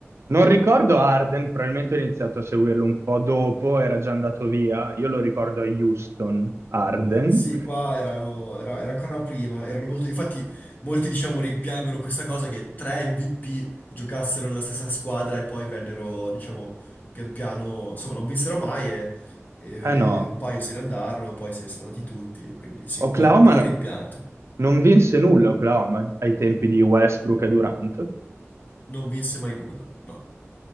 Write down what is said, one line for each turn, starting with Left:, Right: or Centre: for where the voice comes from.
Right: Non ricordo Arden, probabilmente ho iniziato a seguirlo un po' dopo, era già andato via. Io lo ricordo a Houston, Arden.
Left: Sì, qua erano, era, era ancora prima, erano molto, infatti molti diciamo rimpiangono questa cosa che tre MVP giocassero nella stessa squadra e poi vennero, diciamo, pian piano, insomma non vinsero mai e, e
Right: Eh no,
Left: un paio se ne andarono, poi se ne sono andati tutti, e quindi sì, un
Right: Oklahoma
Left: po', un po'
Right: no-
Left: un rimpianto.
Right: non vinse nulla Oklahoma ai tempi di Westbrook e Durant.
Left: Non vinse mai nulla, no.